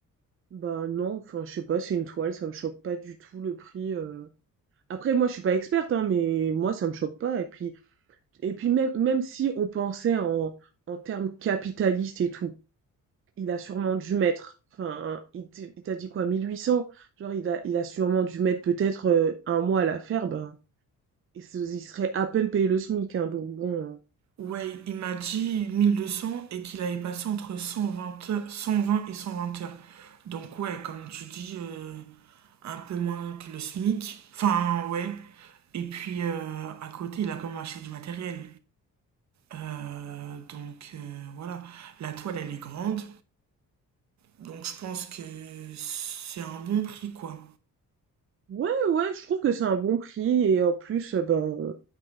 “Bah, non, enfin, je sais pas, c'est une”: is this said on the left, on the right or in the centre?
Right